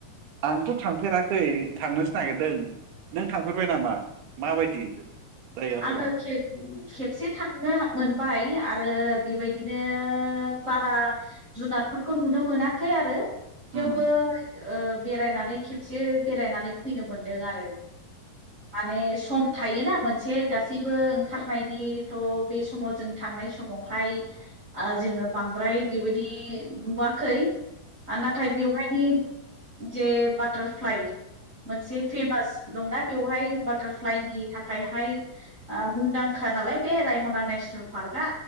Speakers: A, on the right; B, on the right.
A: आंथ' थांफेराखै थांनोसो नागिरदों नों थांफेरबाय नामा? माबायदि? जायगाफोरा
B: आङो खेबसे थांनो मोनबाय। आरो बेबायदिनो बारा जुनादफोरखौ नुनो मोनाखै आरो। थेवबो
A: उम
B: ओ बेरायनानै खेबसे बेरायनानै फैनो मोनदों आरो। माने सम थायोना मोनसे। गासैबो ओंखारनायनिथ' बे समाव जों थांनाय समावहाय। ओ जोङो बांद्राय बेबायदि नुवाखै। आ नाथाय बेवहाय जे बाटारफ्लाइ। मोनसे फेमास दंना बेवहाय बाटारफ्लाइनि थाखायहाय। ओ मुंदांखा नालाय बे रायमना नेसनेल पार्कआ